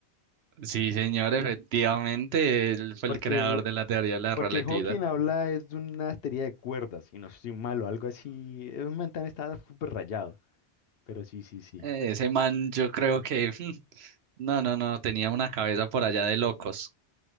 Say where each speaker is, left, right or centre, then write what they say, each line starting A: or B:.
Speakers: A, on the right; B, on the left.
A: sí, señor, efectivamente, él fue
B: Porque
A: el creador
B: Ya
A: de la teoría de la
B: Porque
A: relatividad.
B: Cierto, Hawking habla es de una teoría de cuerdas, y no estoy malo, algo así. Es un man tan está súper rayado. Pero sí, sí, sí.
A: Eh, Ese man, yo creo que <laughs> no, no, no, tenía una cabeza por allá de locos.